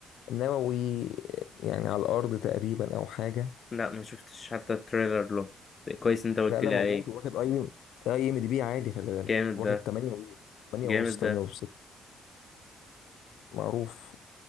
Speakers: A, on the left (about 80°); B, on the left (about 40°).
A: نووي آه، يعني على الارض تقريبا او حاجه
B: لا ما شفتش حتى التريلر له كويس انت قلت
A: لا لا
B: لي
A: موجود
B: عليه
A: واخد اي اي ام دي بي عالي خلي بالك
B: جامد
A: واخد
B: ده
A: 8 و 8
B: جامد
A: ونص 8
B: ده
A: ونص معروف